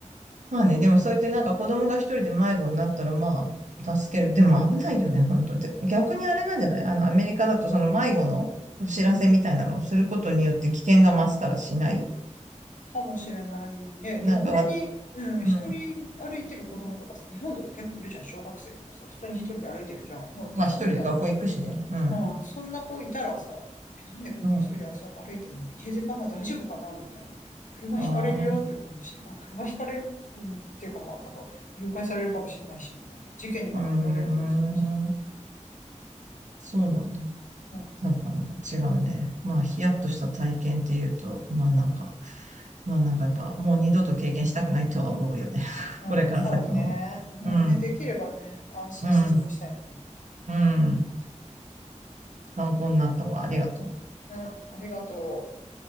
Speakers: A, on the right (about 70°); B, on the left (about 85°).
A: まあね、でもそうやってなんか子供が一人で迷子になったらまあ、助ける。でも危ないよね、本当で、逆にあれなんじゃないあの、アメリカだとその迷子のお知らせみたいなのをすることによって危険が増すからしない
B: うん。かもしれないね。
A: なんか、
B: てか本当に、うん、
A: うん。
B: 一人歩いてる子供とかさ、日本だと結構いるじゃん、小学生とかさ、普通に一人で歩いてるじゃん。まあ、
A: まあ一人で学校行くしね。
B: そんな、
A: うん。
B: うん、そんな子いたらさ、え、なんでこの子一人でさ歩いてんの家出かな大丈夫かなみたいな。
A: うん。
B: 車ひかれるよって思うし、
A: ああ。
B: まあ、車ひかれる、うん、っていうか、まあ、なんか、誘拐されるかもしれないし、みたいな。事件に巻き込まれるかもしれないし。
A: うーん。そうなんだ。
B: うん、
A: やっぱなんか違うね。まあ、
B: うん、
A: ヒヤッとした体験っていうと、まあなんか、まあなんかやっぱもう二度と経験したくないとは思うよね。<laughs>
B: うん、
A: これから先もね。
B: そうね。もうね、
A: うん、
B: できればね、安心して過ごしたいね。
A: うん、うん。参考になったわ。ありがとう。
B: うん、うん、ありがとう。